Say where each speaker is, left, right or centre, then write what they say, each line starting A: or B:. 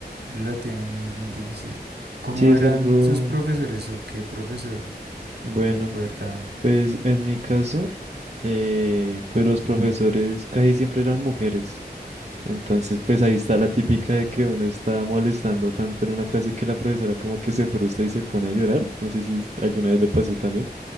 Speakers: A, on the right; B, on the right.
A: la tiene muy, muy difícil. ¿Cómo
B: Sí, es
A: eran
B: algo
A: sus profesores o qué profesor
B: bueno.
A: recuerda?
B: Pues en mi caso, eh, pues los profesores casi siempre eran mujeres. Entonces, pues ahí está la típica de que uno está molestando tanto en una clase que la profesora como que se frustra y se pone a llorar. No sé si alguna vez le pasó también.